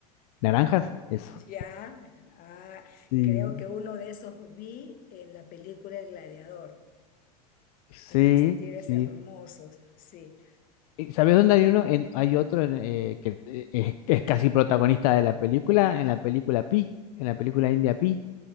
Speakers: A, on the left; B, on the left.
A: naranjas, eso.
B: Ya, ah,
A: Sí,
B: creo que uno de esos vi en la película El Gladiador.
A: sí,
B: Unos tigres
A: sí.
B: hermosos, sí.
A: Eh, ¿Sabes dónde hay uno? En- hay otro en, eh, que eh, es, es casi protagonista de la película, en la película Pi, en la película India Pi.